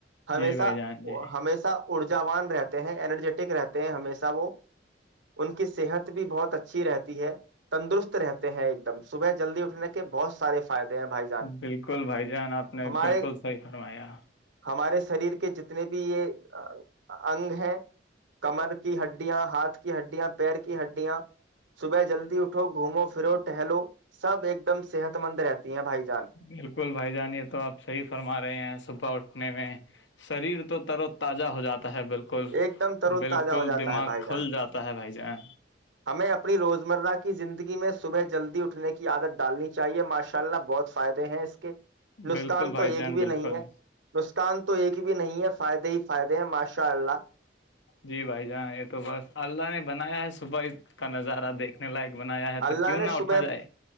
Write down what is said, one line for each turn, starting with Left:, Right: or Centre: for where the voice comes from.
Right: ہمیشہ
Left: جی بھائی جان جی
Right: ہمیشہ ارجاوان رہتے ہیں ای ای ٹک رہتے ہیں ہشہ وہ ان کی صحت بھی بہت اچھی رہتی ہے تندرست رہتے ہیں ایک دم صبح جلدی اٹھنے کے بہت سارے فائدے ہیں بھائی جان
Left: بالکل بھائی جان آپ نے
Right: ہمارے
Left: بالکل صحی فرمایا
Right: ہمارے شریر کے جتنے بھی یہ اگ ہیں کمر کی ہڈیاں ہاتھ کی ہڈیاں پیر کی ہڈیاں صبح جلدی اٹھو گھومو پھرو ٹہلو سب ایک دم صحت مند رہتی ہیں بھائی جی
Left: بالکل بھائی جان یہ تو آپ صحیح فرما رہے ہیں صبح اٹھنے میں شریر تو تر و تازہ ہو جاتا ہے بالکل
Right: ایک دم ترو
Left: بالکل
Right: تازہ ہو جاتا
Left: دماغ
Right: ہے بھائی جان
Left: کھل جاتا ہے بھائی جان جی
Right: ہمیں اپنی روزمرہ کی زندگی میں صبح جلدی اٹھنے کی عادت ڈالنی چاہیے ماشاء اللہ بہت فائدے ہیں اس کے نسکان
Left: بالکل بھائی
Right: تو ایک
Left: جان
Right: بھی
Left: بالکل
Right: نہیں ہے نسکان تو تو ایک بھی نہیں ہے فائدے ہی فائدے ہیں ماشاء اللہ
Left: جی بھائی جاناں یہ تو بس اللہ نے بنایا ہے صبح اس کا نظارہ دیکھنے لائق بنایا ہے
Right: اللہ
Left: تو کیوں
Right: نے
Left: نہ
Right: صبح
Left: اٹھا جائے